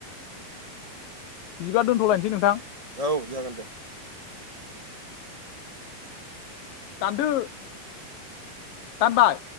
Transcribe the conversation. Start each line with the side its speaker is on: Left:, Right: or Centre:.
Left: बिदिबा दोनथ'लायनोसै नोंथां?
Right: औ जागोन दे।
Left: दानदो दानबाय?